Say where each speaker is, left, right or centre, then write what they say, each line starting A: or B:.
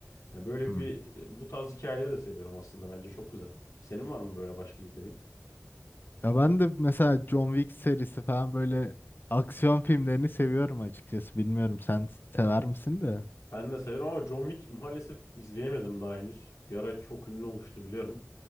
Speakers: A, on the left; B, on the left.
A: Yani böyle
B: Hmm.
A: bir bu tarz hikayeleri de seviyorum aslında. Bence çok güzel. Senin var mı böyle başka izlediğin?
B: Ya ben de mesela John Wick serisi falan böyle aksiyon filmlerini seviyorum açıkçası. Bilmiyorum sen sever misin de.
A: Ben de severim ama John Wick maalesef izleyemedim daha henüz. Bir ara çok ünlü olmuştu biliyorum.